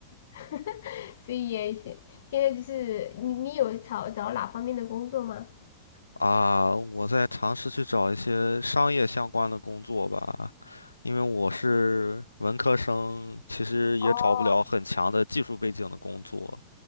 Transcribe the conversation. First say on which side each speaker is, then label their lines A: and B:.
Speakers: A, on the left (about 60°); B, on the left (about 85°).
A: <laughs> 所以也行。现在就是你你有找找哪方面的工作吗？
B: 啊，我在尝试去找一些商业相关的工作吧，因为我是文科生，其实也找不了很强的技术背景的工作。
A: 哦，